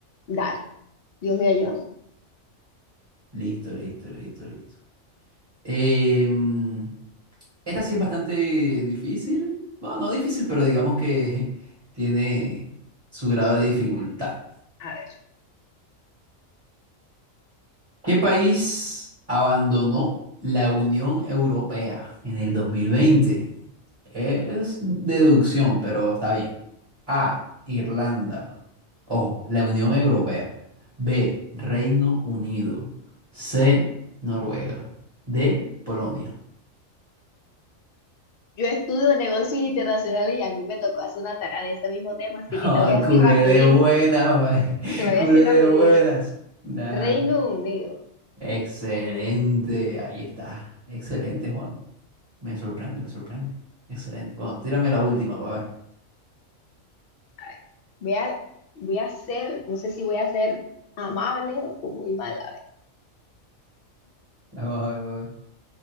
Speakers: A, on the left; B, on the right.
A: Dale, Dios me ayuda.
B: Listo, listo, listo, listo. listo. Em, Esta sí es bastante difícil. Bueno, no difícil, pero digamos que <laughs> tiene su grado de dificultad.
A: A ver,
B: ¿Qué país abandonó la Unión Europea en el 2020? Es deducción, pero está bien. A, Irlanda. Ojo, la Unión Europea. B, Reino Unido. C, Noruega. D, Polonia.
A: yo estudio negocios internacionales y a mí me tocó hacer una tarea de ese mismo tema, así
B: Ah,
A: que te voy a decir
B: culé
A: rapidito.
B: de buenas, mae. <laughs>
A: Te lo voy
B: Culé
A: a decir
B: de
A: rapidito.
B: buenas. Nah,
A: Reino Unido,
B: excelente, ahí está. Excelente, Juan. Me sorprende, me sorprende. Excelente. Bueno, tírame la última, papá.
A: A ver, voy a, voy a ser, no sé si voy a ser amable o muy mala.
B: Vamos a ver, pa'